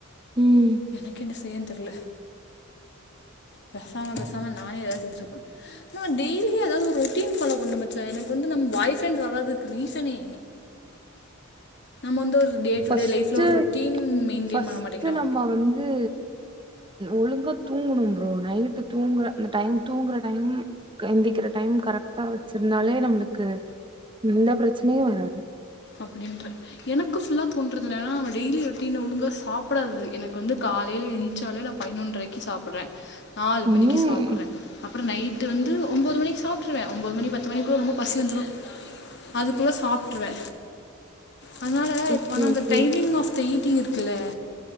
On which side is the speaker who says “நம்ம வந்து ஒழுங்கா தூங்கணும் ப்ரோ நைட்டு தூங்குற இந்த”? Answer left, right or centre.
Right